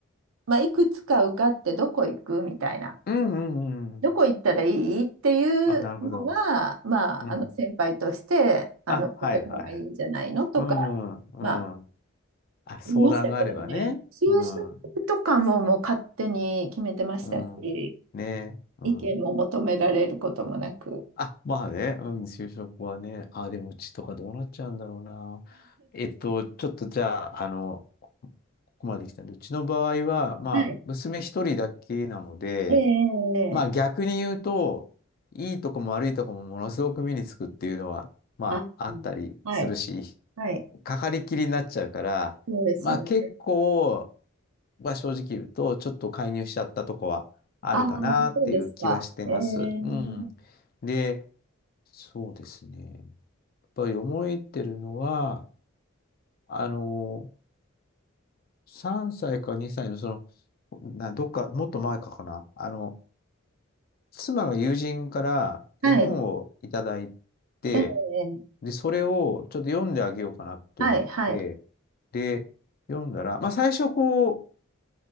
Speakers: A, on the right; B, on the left.
A: まあ、いくつか受かってどこ行くみたいな。
B: うん、うん、うん。
A: どこ行ったらいいっていうのは、
B: あ、なるほど。
A: まあ、
B: うん。
A: あの先輩として、あの、
B: あ、
A: ここの方がいいんじゃないのとか、
B: はい、はい。はいうん、うん。
A: まあ、
B: あ、相談があればね。
A: 言いましたけどね、就
B: うん。
A: 職とかももう勝手に決めてましたし、
B: うん。ねえ。うん。
A: 意見も求められることもなく。
B: あ、まあね。うん、就職はね。あ、でもうちとかどうなっちゃうんだろうな。えっと、ちょっとじゃあ、あの、ここまで来たんで、うちの場合は、まあ、
A: はい。
B: 娘一人だけなので、
A: ええ
B: まあ逆に言うと、いいとこも悪いとこもものすごく目につくっていうのは、まああったりするし、
A: あ、うんはい、はい、
B: かかりきりになっちゃうから、
A: そうですね。
B: まあ結構、は正直言うと、ちょっと介入しちゃったとこはあるかなっていう気はしてます。
A: ああ、そうですか。ええ
B: うん。で、そうですね。やっぱり思いってるのは、あの、3歳か2歳のその、な、どっか、もっと前かかな。あの、妻が友人から絵本をいただい
A: はい、
B: て、
A: ええ
B: で、それをちょっと読んであげようかなと思って、
A: はい、はい。
B: で、読んだら、まあ最初こう、